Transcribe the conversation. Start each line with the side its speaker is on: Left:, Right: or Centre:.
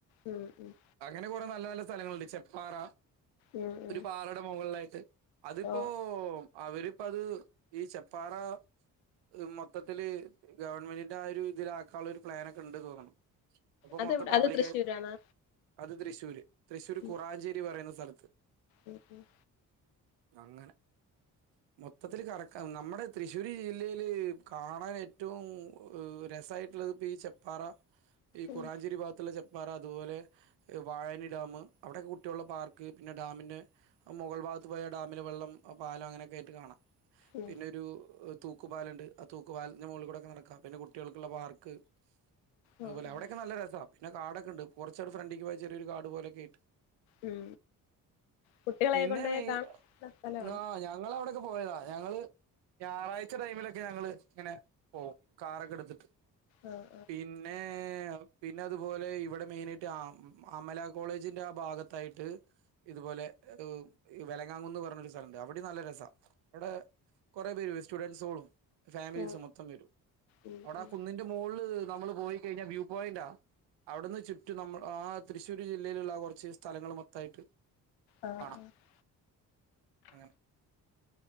Left: ഉം ഉം
Right: അങ്ങനെ കൊറെ നല്ല നല്ല സ്ഥലങ്ങളുണ്ട് ചെപ്പാറ
Left: ഉം ഉം
Right: ഒരു പാറയുടെ മുകളിലായിട്ട്, അതിപ്പോ
Left: ഓ
Right: അവര് ഇപ്പ അത് ഈ ചെപ്പാറ ഇത് മൊത്തത്തില് ഗവണ്മെന്റിന്റെ ആ ഒരു ഇതില് ആക്കാനുള്ള ഒരു പ്ലാനൊക്കെ ഇണ്ട് എന്ന് തോന്ന്ണ് അപ്പൊ
Left: അതെവിടെ
Right: മൊത്തം പബ്ലിക്കായി
Left: അത് തൃശ്ശൂരാണോ
Right: അത് തൃശൂര് തൃശൂര്
Left: ഉം
Right: കുറാഞ്ചേരി പറയുന്ന സ്ഥലത്ത്
Left: ഉം ഉം
Right: അങ്ങനെ മൊത്തത്തില് കറക്കന്ന് നമ്മുടെ തൃശ്ശൂർ ജില്ലയില് കാണാൻ ഏറ്റവും രസായിട്ടുള്ളത് ഇപ്പ ഈ ചെപ്പാറ ഈ കുറാഞ്ചേരി
Left: ഉം
Right: ഭാഗത്തുള്ള ചെപ്പാറ അതുപോലെ വാഴാനി ഡാംമ് അവിടെക്കെ കുട്ടികളെ പാർക്ക് പിന്നെ ഡാമിൻ്റെ മുകൾ ഭാഗത്ത് പോയാൽ ഡാമില് വെള്ളം, പാലം അങ്ങനെയൊക്കെ ആയിട്ട് കാണാം.
Left: ഉം
Right: പിന്നൊരു തു തൂക്കുപാലൊണ്ട് ആ തൂക്കുപാലത്തിന്റെ മോളിൽ കൂടൊക്കെ നടക്കാം പിന്നെ കുട്ടികൾക്കുള്ള പാർക്ക് അതുപോലെ
Left: ഓ ഓ
Right: അവിടൊക്കെ നല്ല രസവാ പിന്നെ കാടൊക്കെ ഉണ്ട് കൊറച്ചൂടെ ഫ്രണ്ടിക്ക് പോയാ ചെറിയൊരു കാട് പോലൊക്കെ ആയിട്ട്
Left: ഉം കുട്ടികളെക്കേ
Right: പിന്നെ
Left: കൊണ്ട് പോയാ
Right: മെയ്
Left: കാണാൻ പറ്റിയ സ്ഥലാണോ
Right: ആ ഞങ്ങൾ അവിടെയൊക്കെ പോയതാ ഞങ്ങള് ഞായറാഴ്ച ടൈമിലൊക്കെ ഞങ്ങള് ഇങ്ങനെ പോകും കാറൊക്കെ എടുത്തിട്ട്
Left: ആ ആ
Right: പിന്നേ പിന്നെ അതുപോലെ ഇവിടെ മെയിൻ ആയിട്ട് അമ് അമല കോളേജിന്റെ ഭാഗത്തായിട്ട് ഇതുപോലെ വെലങ്ങാംകുന്ന് പറഞ്ഞൊരു സ്ഥലോണ്ട് അവിടെ നല്ല രസാ ഇടെ കൊറെ ബി വി സ്റ്റുഡന്റ്സോളും ഫാമിലീസ്
Left: ഓ
Right: മൊത്തം വരും.
Left: ഉം
Right: അവടെ
Left: ഉം
Right: ആ കുന്നിന്റെ മോൾല് നമ്മള് പോയി കഴിഞ്ഞാ വ്യൂ പോയിന്റാ. അവിടുന്ന് ചുറ്റും നമ്മ ആ തൃശ്ശൂർ ജില്ലയില്ള്ള കൊറ ച്ച് സ്ഥലങ്ങള് മൊത്തായിട്ട്
Left: ആ
Right: കാണാം
Left: ആ
Right: അങ്ങനെ